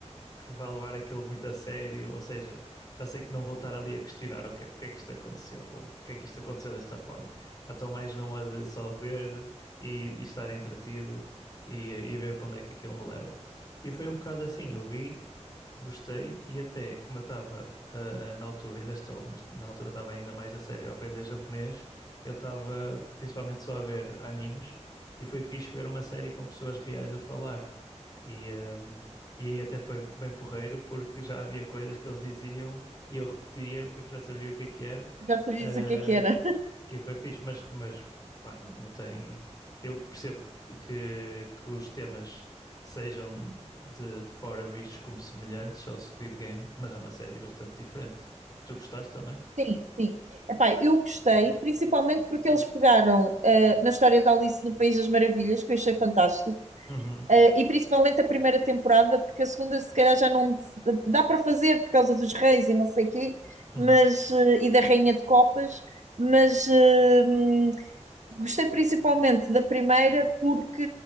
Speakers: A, on the left; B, on the right.
A: que vá levar aquilo muito a sério, ou seja, já sei que não vou estar ali a questionar, ok, porque é que isto aconteceu, ou porque é que isto aconteceu desta forma. Já estou mais numa de só ver e, e estar entretido e, e ver para onde é que aquilo me leva. E foi um bocado assim, eu vi. Gostei e até como eu estava ah, na altura, ainda estou, mas na altura estava ainda mais a sério a aprender japonês, eu estava principalmente só a ver animes e foi fixe ver uma série com pessoas reais a falar. E, ahm, e aí até foi bem porreiro porque já havia coisas que eles diziam e eu repetia porque já sabia o que é que era.
B: Já sabias
A: Eh,
B: o que é que era.
A: e foi fixe, mas, mas pá, não, não tem. Eu percebo que, que, que os temas sejam de, de fora vistos como semelhantes ao Squid Game, mas é uma série bastante diferente. Tu gostaste também?
B: Sim, sim. Epá, eu gostei, principalmente porque eles pegaram eh, na história da Alice no País das Maravilhas, que eu achei fantástico,
A: Uhum,
B: eh, e principalmente a primeira temporada, porque a segunda se calhar já não se- dá para fazer por causa dos reis e não sei quê,
A: uhum,
B: mas, eh, e da Rainha de Copas, mas eh, Gostei principalmente da primeira porque